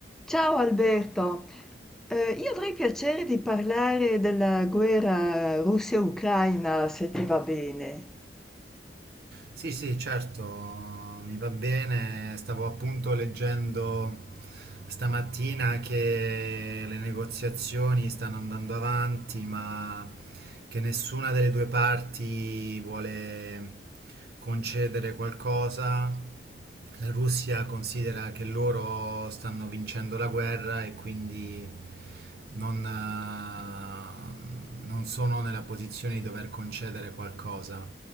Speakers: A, in the centre; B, on the right (about 55°).
A: Ciao Alberto, Eh, io avrei piacere di parlare della guerra Russia-Ucraina, se ti va bene.
B: Sì, sì, certo, mi va bene. Stavo appunto leggendo stamattina che le negoziazioni stanno andando avanti, ma che nessuna delle due parti vuole concedere qualcosa. La Russia considera che loro stanno vincendo la guerra e quindi non, eh, non sono nella posizione di dover concedere qualcosa.